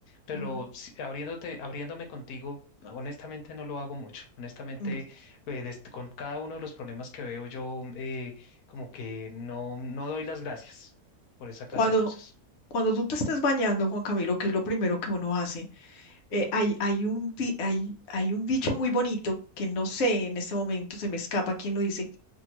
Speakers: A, on the left; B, on the left.
A: pero
B: Ujú.
A: si- abriéndote, abriéndome contigo, honestamente no lo hago mucho. Honestamente,
B: Mm,
A: eh, des- con cada uno de los problemas que veo yo, eh, como que no, no doy las gracias por esa clase
B: Cuando,
A: de cosas.
B: cuando tú te estás bañando, Juan Camilo, que es lo primero que uno hace, eh, hay, hay un, di- hay, hay un dicho muy bonito que no sé en este momento, se me escapa quién lo dice.